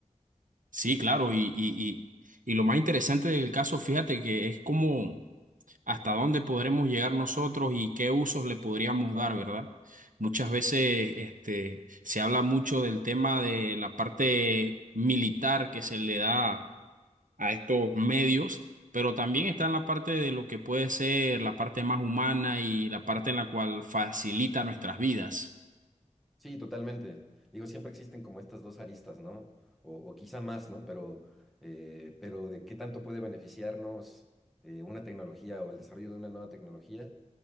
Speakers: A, on the right; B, in the centre.
A: Sí, claro, y, y, y, y lo más interesante del caso, fíjate que es como hasta dónde podremos llegar nosotros y qué usos le podríamos dar, ¿verdad? Muchas veces este, se habla mucho del tema de la parte militar que se le da a estos medios, pero también está en la parte de lo que puede ser la parte más humana y la parte en la cual facilita nuestras vidas.
B: Sí, totalmente. Digo, siempre existen como estas dos aristas, ¿no? O, o quizá más, ¿no? Pero, eh, pero de qué tanto puede beneficiarnos eh, una tecnología o el desarrollo de una nueva tecnología.